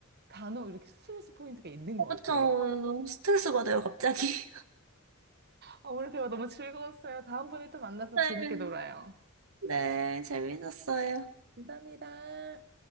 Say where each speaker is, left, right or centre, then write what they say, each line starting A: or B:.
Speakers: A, on the right; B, on the right.
A: 간혹 이렇게 스트레스 포인트가 있는 것 같아요.
B: 그쵸. 너무 스트레스 받아요, 갑자기.
A: 아, 오늘 대화 너무 즐거웠어요. 다음번에 또 만나서
B: <laughs> 네,
A: 재밌게 놀아요.
B: 네, 재밌었어요.
A: 감사합니다.